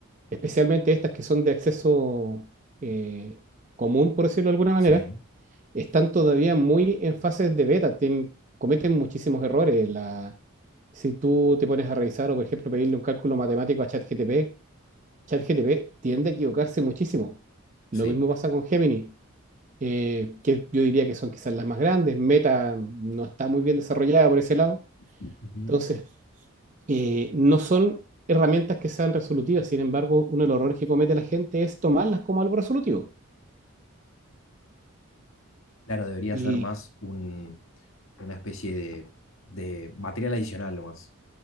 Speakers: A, on the right (about 35°); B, on the left (about 70°).
A: especialmente estas que son de acceso eh, común, por decirlo de alguna manera,
B: Sí,
A: están todavía muy en fases de beta, ten- cometen muchísimos errores. La, si tú te pones a revisar o, por ejemplo, pedirle un cálculo matemático a ChatGTP, ChatGTP tiende a equivocarse muchísimo. Lo
B: sí.
A: mismo pasa con Gemini eh, que yo diría que son quizás las más grandes. Meta no está muy bien desarrollada por ese lado.
B: Ujú.
A: Entonces, eh, no son herramientas que sean resolutivas. Sin embargo, uno de los errores que comete la gente es tomarlas como algo resolutivo.
B: Claro, debería
A: Y
B: ser más un, una especie de, de material adicional nomás.